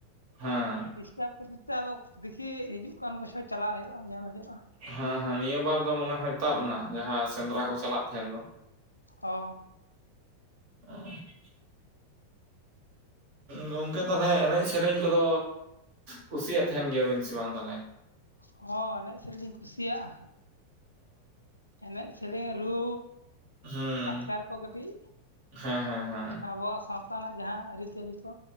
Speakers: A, on the right; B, on the left.
A: ᱦᱮᱸ᱾
B: ᱰᱤᱥᱴᱟᱵᱽ ᱠᱷᱟᱹᱛᱤᱨ ᱛᱮ ᱟᱫᱚ ᱫᱮᱠᱷᱤ ᱦᱤᱡᱩᱜ ᱠᱟᱱ ᱵᱚᱪᱷᱚᱨ ᱪᱟᱞᱟᱣ ᱦᱳᱭᱳᱜᱼᱟ ᱧᱮᱞ ᱦᱳᱭᱳᱜᱼᱟ ᱾
A: ᱦᱮᱸ ᱦᱮᱸ ᱱᱤᱭᱟᱹ ᱵᱟᱨ ᱫᱚ ᱢᱚᱱᱮ ᱦᱚᱭ ᱛᱟᱵ ᱱᱟ ᱡᱟᱦᱟᱸ ᱥᱮᱸᱫᱽᱨᱟ ᱠᱚ ᱪᱟᱞᱟᱜ ᱛᱟᱦᱮᱱ ᱫᱚ᱾
B: ᱚ᱾
A: <unintelligible> ᱜᱚᱝᱠᱮ ᱛᱟᱦᱚᱞᱮ ᱮᱱᱮᱡ ᱥᱮᱨᱮᱧ ᱠᱚᱫᱚ ᱠᱩᱥᱤᱭᱟᱜ ᱛᱟᱦᱮᱱ ᱜᱮᱭᱟᱵᱤᱱ ᱥᱮ ᱵᱟᱝ ᱛᱟᱦᱚᱞᱮ?
B: ᱦᱚᱸ ᱮᱱᱮᱡ ᱥᱮᱨᱮᱧ ᱤᱧ ᱠᱩᱥᱤᱭᱟᱜᱼᱟ, ᱮᱱᱮᱡ ᱥᱮᱨᱮᱧ ᱨᱩ
A: ᱦᱩᱸ
B: ᱞᱟᱠᱪᱟᱨ ᱠᱚ ᱠᱟᱹᱴᱤᱡ
A: ᱦᱮᱸ ᱦᱮᱸ ᱦᱮᱸ
B: ᱟᱵᱚᱣᱟᱜ ᱥᱟᱶ ᱛᱟ ᱨᱮᱱᱟᱜ ᱡᱟᱦᱟᱸ ᱟᱹᱨᱤᱪᱟᱹᱞᱤ ᱠᱚ